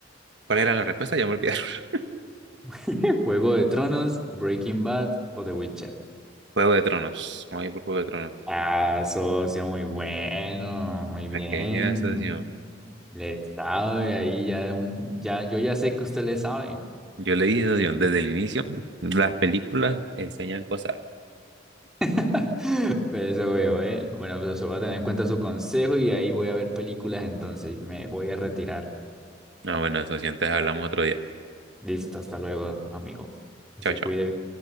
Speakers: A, on the right (about 65°); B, in the centre.
A: ¿Cuál era la respuesta? Ya me olvidé. <laughs>
B: <laughs> Juego de Tronos, Breaking Bad o The Witcher.
A: Juego de Tronos. Vamos por Juego de Tronos.
B: Ah, socio, muy bueno, muy bien.
A: Aquella estación.
B: Le sabe ahí ya un, ya, yo ya sé que usted le sabe.
A: Yo le dije, socio, desde el inicio, las películas enseñan cosas.
B: <laughs> Pero eso veo, eh. Bueno, pues eso va a tener en cuenta su consejo y ahí voy a ver películas, entonces me voy a retirar.
A: Ah, bueno, socio, antes hablamos otro día.
B: Listo, hasta luego, amigo. Se
A: Chao, chao.
B: cuide.